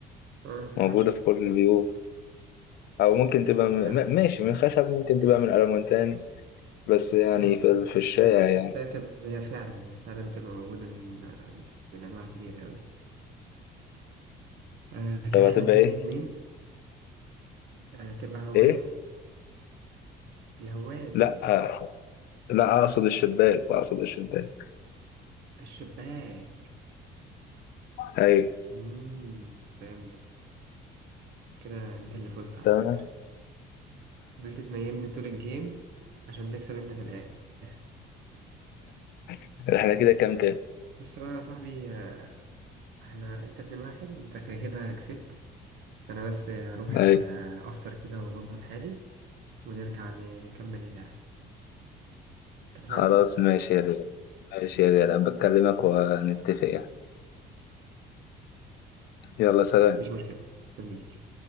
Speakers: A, on the right; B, on the left.
A: اه الخشب
B: موجودة في كل البيوت أو ممكن تبقى م...
A: لا
B: م- ماشي من خشب ممكن تبقى من ألمونتان بس يعني
A: اه
B: في, ال- في الشارع
A: بس
B: يعني
A: هي تبقى هي فعلا هي فعلا بتبقى موجودة من آه، من أنواع كتير أوي آه
B: طب
A: كده
B: هتبقى
A: احنا اتنين
B: ايه؟
A: اتنين آه تبقى هواية
B: ايه؟
A: الهواية دي
B: لا آه، لا أقصد الشباك أقصد الشباك
A: الشباك
B: أيوه
A: مم. فهمت كده انت اللي فزت على
B: تمام
A: فكرة فضلت تنيمني طول الجيم عشان تكسب انت في الآخر
B: <laughs> احنا كده كام كام؟
A: بص بقى يا صاحبي آه، احنا انت اتنين واحد انت كده كسبت انا بس آه، هروح
B: أيوه.
A: آه، افطر كده واظبط حالي ونرجع ن- نكمل اللعب اتفقنا؟
B: خلاص ماشي يا غالي ماشي يا غالي بكلمك ونتفق يعني يلا سلام
A: مفيش مشكلة استنيك